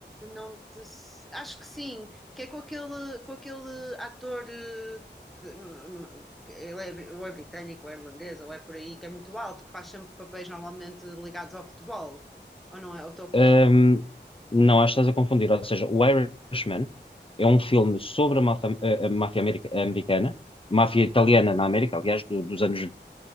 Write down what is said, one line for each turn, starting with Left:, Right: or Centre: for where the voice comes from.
Centre: não te... se- Acho que sim, que é com aquele, com aquele ator uh, que não- não- que ele é, bri- ou é britânico, ou é irlandês, ou é por aí, que é muito alto, que faz sempre papéis normalmente ligados ao futebol. Ou não é? Ou estou a confundir.
Left: Ahm, não, acho que estás a confundir, ou seja, o Irishman é um filme sobre a máfia, a- a máfia america- americana, máfia italiana na América, aliás, do- dos anos,